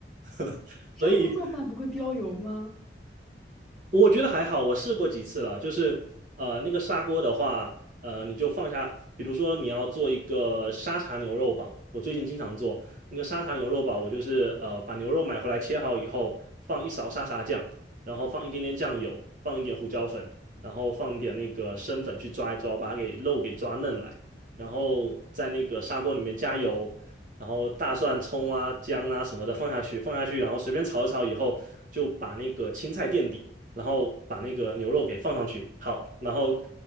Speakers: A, on the right; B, in the centre.
A: <laughs>
B: 砂锅做饭不会飙油吗？
A: 所以我觉得还好，我试过几次了，就是呃，那个砂锅的话，呃，你就放下，比如说你要做一个沙茶牛肉堡，我最近经常做那个沙茶牛肉堡，我就是呃，把牛肉买回来切好以后，放一勺沙茶酱，然后放一点点酱油，放一点胡椒粉，然后放一点那个生粉去抓一抓，把它给肉给抓嫩来，然后在那个砂锅里面加油。然后大蒜、葱啊、姜啊什么的放下去，放下去，然后随便炒一炒以后，就把那个青菜垫底，然后把那个牛肉给放上去，好，然后